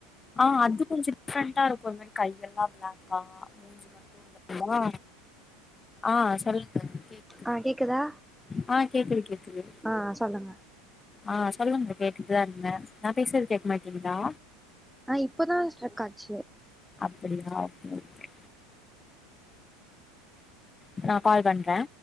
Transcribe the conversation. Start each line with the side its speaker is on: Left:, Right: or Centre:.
Left: அ அது கொஞ்சோ டிஃப்ரெண்டா இருக்குமேரி கையெல்லா ப்ளாக்கா மூஞ்சு மட் சொல்லட்டுமா அ சொல்லுங்க கேக்குதுங்க
Centre: ஆ கேக்குதா
Left: ஆ கேக்குது கேக்குது
Centre: ஆ சொல்லுங்க
Left: ஆ சொல்லுங்க கேட்டுட்டுதா இருந்தே நா பேசுறது கேக்கமாட்டீங்குதா
Centre: அ இப்பதா ஸ்ட்ரகாச்சு
Left: அப்பிடியா ஓக்கே ஓகே அ நா கால் பண்ற